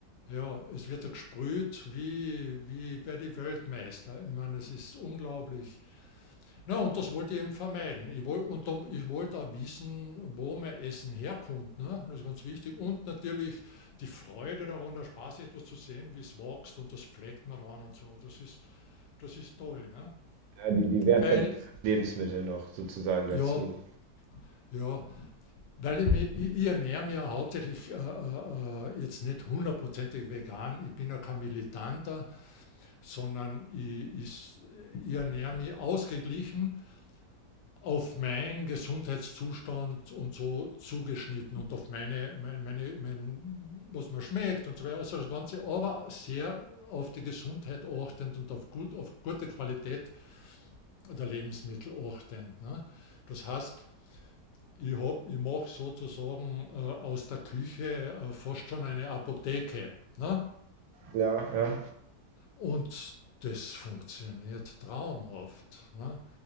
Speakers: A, on the left; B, on the right.
A: Ja, es wird ja gesprüht wie wie bei die Weltmeister. Ich meine, es ist unglaublich. Na, und das wollte ich eben vermeiden. Ich wollte, und dann, ich wollte auch wissen, wo mein Essen herkommt. Ne? Das ist ganz wichtig. Und natürlich die Freude daran, der Spaß, etwas zu sehen, wie es wächst und das pflegt man ran und so. Das ist, das ist toll. Ne?
B: Ja, die, die Wertschätzung
A: Weil,
B: des Lebensmittels noch sozusagen dazu.
A: ja, ja, weil ich, mich, ich, ich ernähre mich ja hauptsächlich äh, äh, äh, jetzt nicht hundertprozentig vegan. Ich bin ja kein Militanter, sondern ich, ich, ich ernähre mich ausgeglichen auf meinen Gesundheitszustand und so zugeschnitten und auf meine, meine meine, mein, was mir schmeckt und so weiter. Also das Ganze, aber sehr auf die Gesundheit achtend und auf, gut, auf gute Qualität der Lebensmittel achtend. Ne? Das heißt, ich, hab, ich mache sozusagen äh, aus der Küche äh, fast schon eine Apotheke. Ne?
B: Ja, ja.
A: Und das funktioniert traumhaft. Ne?